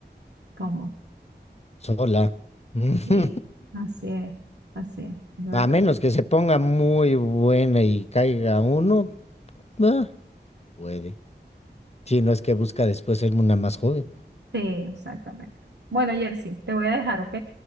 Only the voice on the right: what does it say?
como,
sí, así es, así es, es verdad.
Sí, exactamente. Bueno, Jersey, te voy a dejar, ¿ok?